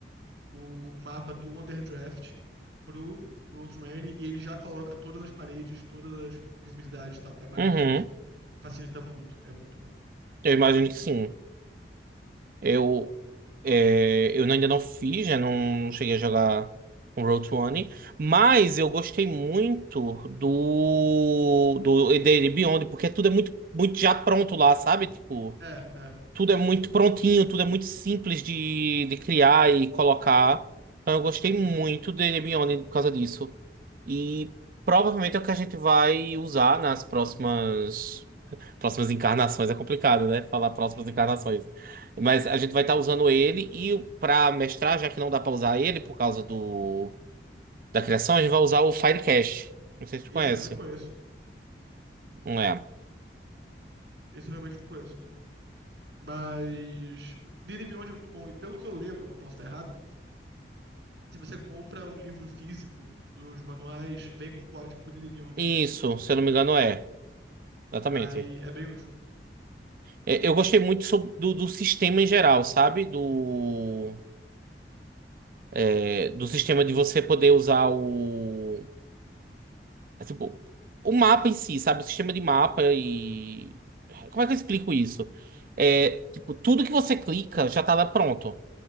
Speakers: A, on the right; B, on the right.
A: o mapa do Underdraft pro Road e ele já coloca todas as paredes, todas as visibilidades e tal. É maravilhoso.
B: uhum.
A: Facilita muito, é muito bom.
B: Eu imagino que sim. Eu, é, eu ainda não fiz, já não, não cheguei a jogar um Road to One, mas eu gostei muito do, do dele Beyond, porque tudo é muito, muito já pronto lá, sabe? Tipo.
A: É, é,
B: Tudo é muito prontinho, tudo é muito simples de, de criar e colocar. Então eu gostei
A: tem.
B: muito dele Beyond por causa disso. E provavelmente é o que a gente vai usar nas próximas próximas encarnações. É complicado, né? Falar próximas
A: Uhum.
B: encarnações. Mas a gente vai estar usando ele e para mestrar, já que não dá para usar ele por causa do da criação, a gente vai usar o Firecast. Não sei se tu
A: Esse
B: conhece.
A: eu nem conheço.
B: Não é.
A: Esse eu realmente não conheço. Mas Disney Beyond é muito bom. E pelo que eu lembro, eu posso estar errado, se você compra um livro físico dos manuais, vem com um código pro Disney Beyond.
B: Isso, se eu não me engano, é. Exatamente.
A: Aí é bem útil.
B: É, Eu gostei muito sob- do, do sistema em geral, sabe? Do, é, do sistema de você poder usar o. é, Tipo, o mapa em si, sabe? O sistema de mapa e. Como é que eu explico isso? É, tipo, tudo que você clica já tá lá pronto,